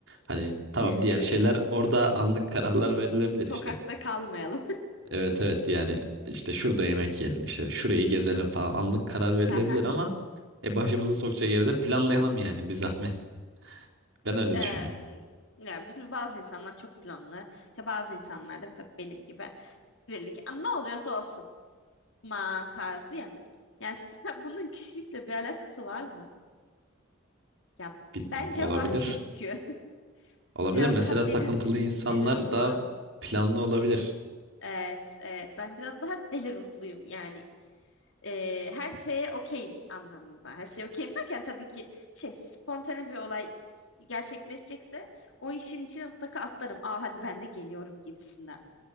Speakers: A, on the right; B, on the left.
A: Hani tamam
B: <laughs>
A: diğer şeyler orada anlık kararlar verilebilir
B: Sokakta
A: işte.
B: kalmayalım.
A: Evet evet yani işte şurada yemek yiyelim işte şurayı gezelim falan anlık karar verilebilir
B: <laughs> Hı hı.
A: ama e, başımızı sokacak yeri de planlayalım yani bir zahmet. <laughs> Ben öyle
B: Evet,
A: düşünüyorum.
B: şimdi, ya bizim bazı insanlar çok planlı. İşte bazı insanlar da mesela benim gibi birlik. "Aa, Ne oluyorsa olsun. Aman tarzı ya. Yani sen- <laughs> bunun kişilikle bir alakası var mı? Ya
A: Bilmiyorum
B: bence
A: olabilir.
B: var çünkü. <laughs>
A: Olabilir
B: Biraz
A: mesela
B: daha
A: takıntılı
B: delir
A: insanlar
B: deli ruhlu.
A: daha planlı olabilir.
B: Evet, evet. Ben biraz daha deli ruhluyum yani. Ee, her şeye okeyim anlamında. Her şeye okeyim derken tabii ki şey spontane bir olay gerçekleşecekse o işin içine mutlaka atlarım. Aa hadi ben de geliyorum gibisinden.